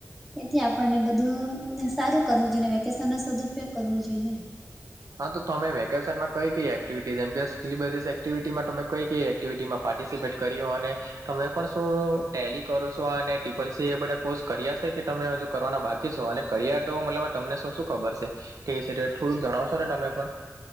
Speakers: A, in the centre; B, on the right (about 75°).
A: એથી આપણને બધું ને સારું કરવું જોઈએ ને વેકેશન નો સદુપયોગ કરવો જોઈએ.
B: હા તો તમે વેકેશનમાં કઈ કઈ એક્ટિવિટી જેમ કે સ્કલીબસ એક્ટિવિટીમાં તમે કઈ કઈ એક્ટિવિટીમાં પાર્ટિસિપેટ કર્યો અને તમે પણ શું ટેલી કરો છો અને ટિપલ સી એ બધા કોર્સ કર્યા શે કે તમે હજુ કરવાના બાકી છો અને કરિયા તો મતલબ તમને શું શું ખબર છે કે તે વિશે થોડુંક જણાવશો ને તમે પણ.